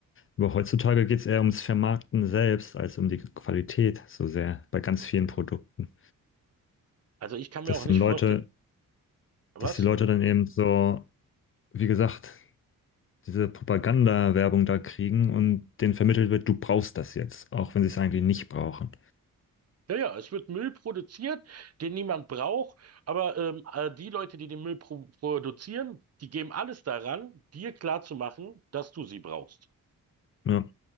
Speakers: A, on the left; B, on the right.
A: Aber heutzutage geht es eher ums Vermarkten selbst als um die Qualität so sehr bei ganz vielen Produkten.
B: also ich kann mir
A: Dass
B: auch
A: dann
B: nicht
A: Leute,
B: vorstellen, was?
A: dass die Leute dann eben so, wie gesagt, diese Propaganda-Werbung da kriegen und denen vermittelt wird, du brauchst das jetzt, auch wenn sie es eigentlich nicht brauchen.
B: Ja, ja, es wird Müll produziert, den niemand braucht, aber ähm, äh, die Leute, die den Müll pro produzieren, die geben alles daran, dir klarzumachen, dass du sie brauchst.
A: Ja,